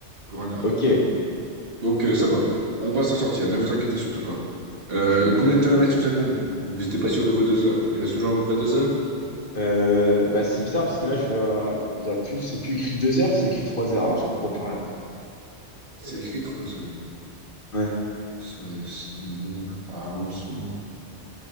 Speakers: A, on the right; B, on the left.
A: pour un arbre.
B: Ok.
A: Donc, euh, ça va. On va s'en sortir. Ne vous inquiétez surtout pas. Euh,
B: Ok. Euh,
A: combien de temps il reste sur cette bombe? Vous n'êtes pas sûr de vos deux heures. Il reste toujours à peu près deux heures?
B: euh, bah, c'est bizarre parce que là, je vois, il y a plus, c'est plus écrit deux heures, c'est écrit trois heures. Alors, je comprends plus rien.
A: C'est écrit trois heures.
B: Ouais.
A: Serait-ce une bombe à avancement?